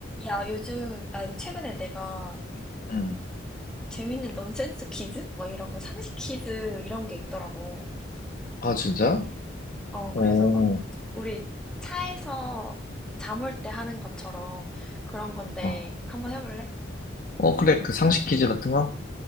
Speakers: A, in the centre; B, on the left.
A: 야, 요즘, 아, 이거 최근에 내가
B: 응.
A: 재밌는 넌센스 퀴즈? 막 이런 거, 상식 퀴즈 이런 게 있더라고.
B: 아, 진짜?
A: 어,
B: 오.
A: 그래서 막, 우리 차에서 잠올 때 하는 것처럼 그런 건데,
B: 어.
A: 한번 해볼래?
B: 어, 그래. 그 상식 퀴즈 같은 거?